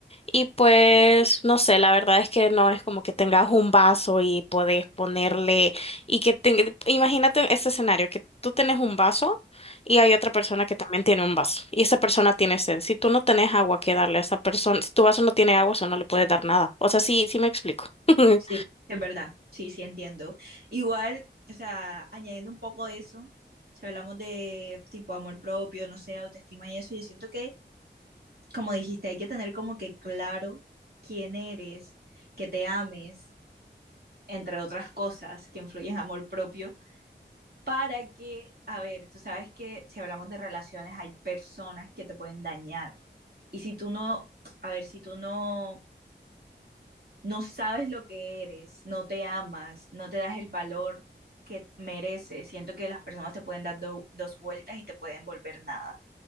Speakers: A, on the left (about 35°); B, on the right (about 55°).
A: Y pues, no sé, la verdad es que no es como que tengas un vaso y podés ponerle, y que te, imagínate ese escenario, que tú tenés un vaso y hay otra persona que también tiene un vaso, y esa persona tiene sed. Si tú no tenés agua que darle a esa persona, si tu vaso no tiene agua, eso no le puedes dar nada. O sea, sí, sí me explico. <laughs>
B: Sí, es verdad. Sí, sí, entiendo. Igual, o sea, añadiendo un poco de eso, si hablamos de tipo amor propio, no sé, autoestima y eso, yo siento que, como dijiste, hay que tener como que claro quién eres, que te ames, entre otras cosas que influyen en amor propio, para que, a ver, tú sabes que si hablamos de relaciones, hay personas que te pueden dañar. Y si tú no, a ver, si tú no no sabes lo que eres, no te amas, no te das el valor que mereces. Siento que las personas te pueden dar do- dos vueltas y te pueden volver nada